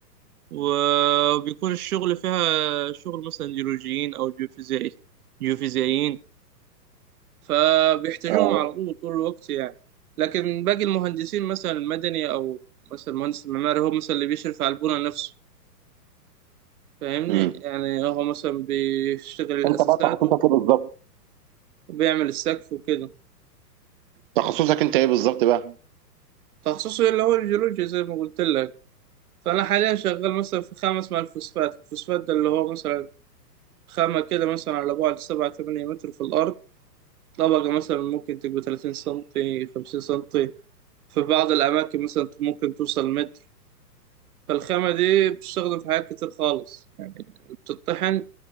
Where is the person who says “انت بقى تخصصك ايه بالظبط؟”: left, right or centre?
Right